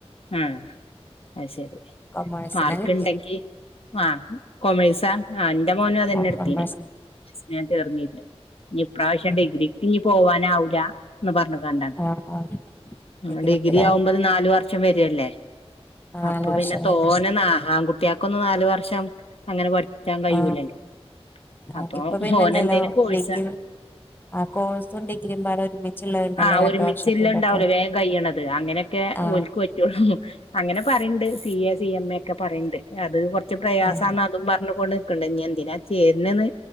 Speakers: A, on the left; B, on the left.
A: ഉം അ ശരി.
B: കൊമേഴ്സിനാ
A: മാർക്ക്
B: കിട്ടിയെ
A: ഉണ്ടെങ്കി ആ കോമക്സാ? ആഹ് എന്റെ മോനും അതന്നെ
B: ആ
A: എടുത്തീന്
B: കൊമേഴ്സിന്
A: ചേർന്നില്ല. ഇനി ഇപ്പൊ ഇപ്രവശ്യം
B: ഉം
A: ഡിഗ്രിക്ക് പോവാനാവില്ല എന്ന് പറഞ്ഞ്ക്ക്
B: ആ ആ
A: <unintelligible>
B: ഡിഗ്രിക്കില്ലേ
A: ഡിഗ്രി ആവുമ്പത് നാല വർഷം വരല്ലേ?
B: ആ നാല്
A: അപ്പൊ
B: വർഷം
A: പിന്നെ തോനെന്ന്
B: വരും
A: ആൺകുട്ട്യേക്കൊന്നു. നാല് വർഷം അങ്ങനെ പഠ കറ്റാൻ കഴൂലല്ലോ
B: ആ ആ,
A: അപ്പൊ
B: ഇപ്പൊ പിന്നെ
A: മോനെ
B: ഉണ്ടല്ലോ
A: എന്തേലു കോഴിസാ
B: ഡിഗ്രി ആ കോഴ്സും ഡിഗ്രിയും പാടെ ഒരുമിച്ചുള്ളത് ഉണ്ടല്ലോ
A: ആഹ്.
B: രണ്ട്
A: ഒരുമിച്ച്
B: വർഷത്തിന്റെ
A: ഹ്ഇല്ല ഇണ്ടാവല്ലൊ
B: ഒക്കെ
A: വേഗം കഴ്യണത് അങ്ങനെയൊക്കെ
B: ആ
A: പറ്റൊള്ളു അങ്ങനെ പറിണ്ട് C A C M A ക്കെ പറയ്ണ്ട് അത് കൊ ച്ച് പ്രയാസാന്ന്
B: ആ
A: അതും പറഞ്ഞ് കൊണ്ട് നിക്ക്ണ്ട. ഇ ഞ്ഞ്‌ എന്തിനാ ചേര്ന്ന്